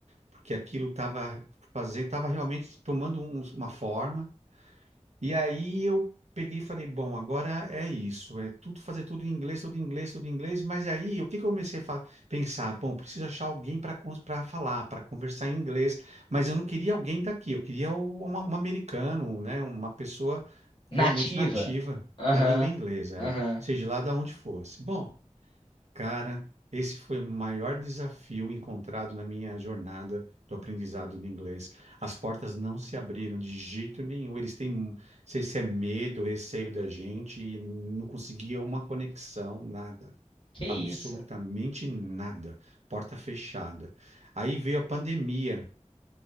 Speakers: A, on the right; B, on the left.
A: porque aquilo estava fazendo, estava realmente tomando um- uma forma. E aí eu peguei e falei, bom, agora é isso, é tudo fazer tudo em inglês, tudo em inglês, tudo em inglês. Mas aí o que que eu comecei a fa- pensar? Bom, preciso achar alguém para para falar, para conversar em inglês. Mas eu não queria alguém daqui, eu queria o- uma- um, americano, né, uma pessoa
B: Nativa.
A: realmente nativa
B: Aham,
A: da língua inglesa,
B: aham.
A: é, seja lá de onde fosse. Bom. Cara, esse foi o maior desafio encontrado na minha jornada do aprendizado do inglês. As portas não se abriram de jeito nenhum. Eles têm, não sei se é medo, receio da gente, e não conseguia uma conexão, nada.
B: Que isso?
A: Absolutamente nada. Porta fechada. Aí veio a pandemia,